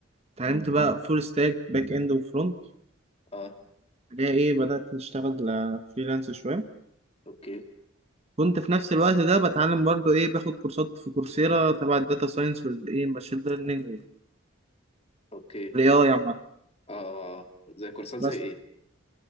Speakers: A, on the right; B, on the left.
A: اتعلمت بقى فول ستاك باك اند وفرونت
B: اه
A: اللي هي ايه بدأت اشتغل فريلانس شوية
B: اوكي
A: كنت في نفس الوقت ده بتعلم برضو ايه باخد كورسات في كورسيرا تبع الداتا ساينس والايه ماشين ليرنينج
B: اوكي
A: والاي اي عامة
B: اه آه، آه. زي كورسات زي
A: بس
B: ايه